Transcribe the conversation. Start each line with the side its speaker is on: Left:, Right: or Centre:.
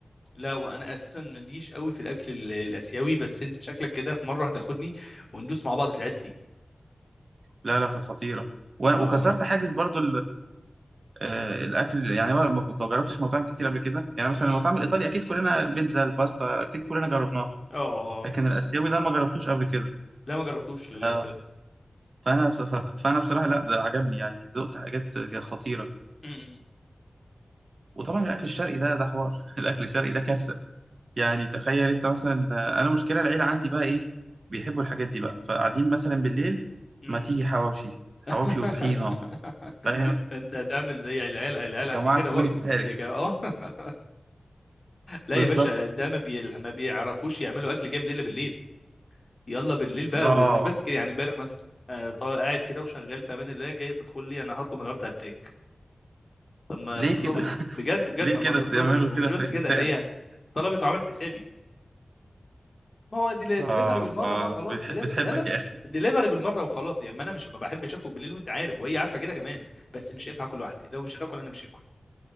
Left: لا وانا اساسا ماليش قوي في الاكل ال- الاسيوي بس انت شكلك كده في مره هتاخدني وندوس مع بعض في الحته دي
Right: لا لا كانت خطيره و-
Left: اه
Right: وكسرت حاجز برضو آه، الاكل يعني انا ما ما جربتش مطاعم كتير قبل كده يعني مثلا
Left: امم
Right: المطاعم الايطالي اكيد كلنا البيتزا الباستا اكيد كلنا جربناها
Left: اه آه، آه.
Right: لكن الاسيوي ده ما جربتوش قبل كده
Left: لا ما جربتوش
Right: ف-
Left: للاسف
Right: فانا بص- ف- فانا بصراحه لا ده عجبني يعني ذقت حاجات جا- خطيره
Left: امم
Right: وطبعا الاكل الشرقي ده ده حوار <laughs> الاكل الشرقي ده كارثه يعني تخيل انت مثلا آه، انا مشكله العيله عندي بقى ايه بيحبوا الحاجات دي بقى فقاعدين مثلا بالليل
Left: مم.
Right: ما تيجي حواوشي حواوشي
Left: <laughs>
Right: وطحينه فاهم
Left: انت هتعمل زي العيال العيال
Right: يا جماعه
Left: عندي كده
Right: سيبوني
Left: برضو
Right: في حالي
Left: يا جماعه اه <laughs> لا
Right: بالظبط
Left: يا باشا ده ما بي... ما بيعرفوش يعملوا اكل جامد الا بالليل يلا بالليل بقى
Right: اه
Left: ومش بس كده يعني امبارح مثلا آه طا- قاعد كده وشغال في امان الله جاي تدخل لي انا هطلب النهارده هتاك طب ما
Right: ليه
Left: تطلبي
Right: كده
Left: بجد بجد
Right: ليه
Left: طب
Right: كده
Left: ما تطلبي
Right: تعملوا
Left: ومش
Right: كده
Left: بس
Right: في الإنسان
Left: كده ده هي طلبت وعملت حسابي ما هو ديلي-
Right: آه
Left: ديليفري بالمره
Right: آه
Left: بقى خلاص
Right: بتح-
Left: ديليف...
Right: بتحبك
Left: لا لا
Right: يا أخي
Left: ديليفري بالمره وخلاص يعني ما انا مش ما بحبش اكل بالليل وانت عارف وهي عارفه كده كمان بس مش هينفع اكل لوحدي لو مش هتاكل انا مش هاكل